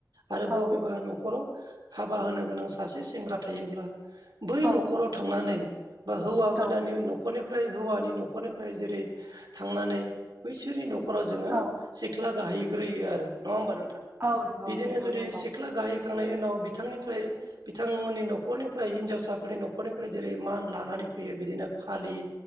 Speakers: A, on the right; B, on the right.
A: आरो
B: औ
A: बबेबा न' खराव हाबा होनो गोनां सासे सेंग्रा थायोब्ला बै
B: औ
A: न'खराव थांनानै बा हौवा गोदाननि
B: औ
A: न'खरनि फ्राय हौवानि न'खरनिफ्राय जेरै थांनानै बैसोरनि न'खराव जोंङो
B: औ
A: सिख्ला गाहैग्रोयो आरो नंङा होमबा नोंथां
B: औ नंगौ
A: बिदिनो
B: नोंथां
A: जुदि
B: नंगौ
A: सि ख्ला गाहैखांनायनि उनाव बिथांनिफ्राय बिथांमोननि न'खरनिफ्राय हिनजावसाफोरनि न'खरनिफ्राय जेरै मान लानानै फैयो बिदिनो फालि